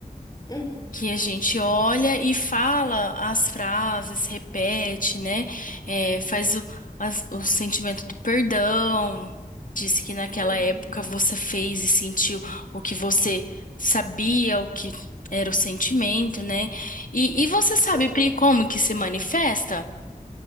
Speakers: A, on the left; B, on the left.
A: Uhum,
B: que a gente olha e fala as frases, repete, né? É, faz o, as- o sentimento do perdão, diz que naquela
A: uhum.
B: época você fez e sentiu o que você sabia, o que era o sentimento, né? E, e você
A: Sim.
B: sabe, Pri, como que se manifesta?